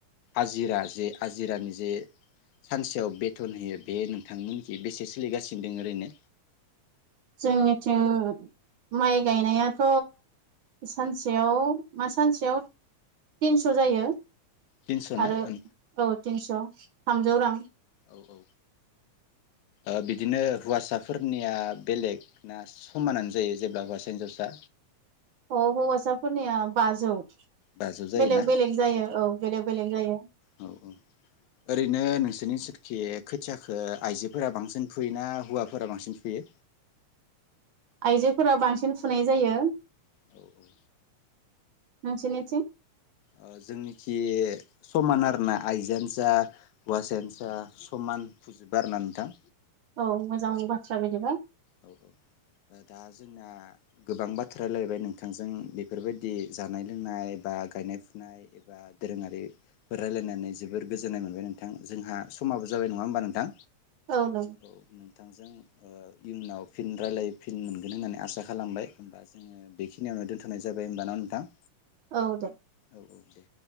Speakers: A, on the left; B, on the right.
A: आजिरा जे आजिरानि जे सानसेयाव बेथन होयो बे नोंथांमोनखि बेसे सोलिगासिनो दों ओरैनो
B: जोंनिथिं माइ गायनायाथ' सानसेयाव मा सानसेयाव थिनस' जायो
A: तिनस' ना
B: आरो
A: औ
B: औ तिनस' थामजौ रां
A: औ औ बिदिनो हौवासाफोरनिया बेलेग ना समानानो जायो जेब्ला हौवासा हिनजावसा
B: औ हौवासाफोरनिया बाजौ
A: बाजौ जायोना
B: बेलेग बेलेग
A: औ
B: जायो औ बेलेग बेलेग जायो
A: औ औ ओरैनो नोंसोरनि थि खोथियाखो आइजोफोरा बांसिन फुयो ना हौवाफोरा बांसिन फुयो?
B: आइजोफोरा बांसिन फुनाय जायो।
A: औ औ
B: नोंसोरनिथिं
A: ओ जोंनिखि समान आरोना आइजोआनो जा हौवासायानो जा समान फुजुबो आरोना नोंथां।
B: औ मोजां बाथ्रा बिदिबा
A: औ औ दा जोंना गोबां बाथ्रा रायलायबाय नोंथांजों बेफोरबायदि जानाय लोंनाय बा गायनाय फुनाय एबा दोरोङारिफोर रायलायनानै जोबोर गोजोननाय मोनबाय नोंथां जोंहा समाबो जाबाय नङा होमबा नोंथां।
B: औ नों
A: औ नोंथांजों ओ इयुनाव फिन रायलाय फिन मोनगोन होननानै आसा खालामबाय ओमबा जोङो बेखिनियावनो दोनथनाय जाबाय ओमबा ना नोंथां।
B: औ दे।
A: औ दे।